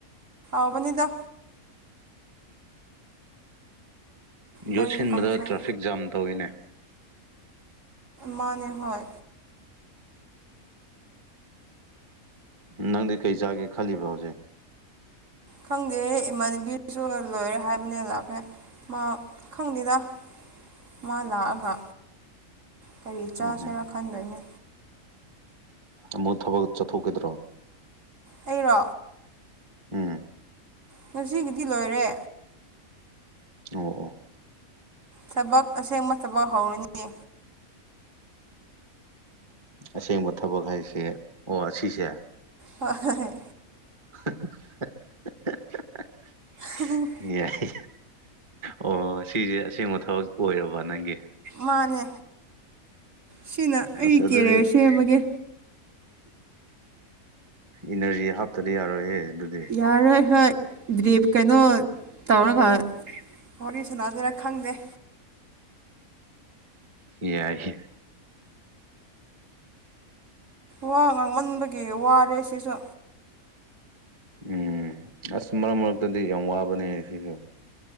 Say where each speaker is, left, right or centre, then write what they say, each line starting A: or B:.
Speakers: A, on the right (about 60°); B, on the right (about 25°).
A: ꯑꯥꯎꯕꯅꯤꯗ
B: ꯌꯣꯠꯁꯤꯟꯕꯗ
A: ꯀꯔꯤ ꯀꯥꯡꯁꯣꯏ
B: ꯇ꯭ꯔꯥꯐꯤꯛ ꯖꯥꯝ ꯇꯧꯋꯤꯅꯦ
A: ꯃꯥꯅꯦ ꯍꯣꯏ
B: ꯅꯪꯗꯤ ꯀꯩ ꯆꯥꯒꯦ ꯈꯜꯂꯤꯕ ꯍꯧꯖꯤꯛ
A: ꯈꯪꯗꯦ ꯏꯃꯟꯒꯤꯁꯨ ꯂꯣꯏꯔꯦ ꯍꯥꯏꯕꯅꯦ ꯂꯥꯛꯄꯦ ꯃꯥ ꯈꯪꯗꯦꯗ ꯃꯥ ꯂꯥꯛꯑꯒ ꯀꯔꯤ ꯆꯥꯁꯤꯔꯥ
B: ꯎꯝ ꯎꯝ
A: ꯈꯟꯗꯣꯏꯅꯦ
B: ꯑꯃꯨꯛ ꯊꯕꯛ ꯆꯠꯊꯣꯛꯈꯤꯗ꯭ꯔꯣ
A: ꯑꯩꯔꯣ
B: ꯎꯝ
A: ꯉꯁꯤꯒꯤꯗꯤ ꯂꯣꯏꯔꯦ
B: ꯑꯣ ꯑꯣ
A: ꯊꯕꯛ ꯑꯁꯦꯡꯕ ꯊꯕꯛ ꯍꯧꯔꯅꯤ
B: ꯑꯁꯦꯡꯕ ꯊꯕꯛ ꯍꯥꯏꯁꯦ ꯑꯣ ꯑꯁꯤꯁꯦ
A: ꯍ ꯍꯣꯏꯣꯏ
B: <unintelligible>
A: ꯍ <inaudible>
B: ꯌꯥꯏ ꯑꯣ ꯑꯁꯤꯁꯦ ꯑꯁꯦꯡꯕ ꯊꯕꯛ ꯑꯣꯏꯔꯕ ꯅꯪꯒꯤ
A: ꯃꯥꯅꯦ ꯁꯤꯅ ꯑꯩꯒꯤ
B: ꯑꯁ ꯑꯗꯨꯗꯤ
A: ꯀꯦꯔꯤꯌꯔ ꯁꯦꯝꯃꯒꯦ
B: ꯏꯅꯔꯖꯤ ꯍꯥꯞꯇꯗꯤ ꯌꯥꯔꯣꯏꯍꯦ ꯑꯗꯨ
A: ꯌꯥꯔꯣꯏ ꯍꯣꯏ ꯗꯔ꯭ꯤꯞ ꯀꯩꯅꯣ ꯇꯧꯔꯒ ꯋꯥꯔꯤꯣ ꯁꯅꯥꯁꯤꯔ ꯈꯪꯗꯦ
B: ꯌꯥꯏꯌꯦꯏ
A: ꯋꯥ ꯉꯥꯡꯃꯟꯕꯒꯤ ꯋꯥꯔꯦ ꯁꯤꯁꯨ
B: ꯎꯝ ꯑꯁ ꯃꯔꯛ ꯃꯔꯛꯇꯗꯤ ꯌꯥꯝ ꯋꯥꯕꯅꯦ ꯁꯤꯒ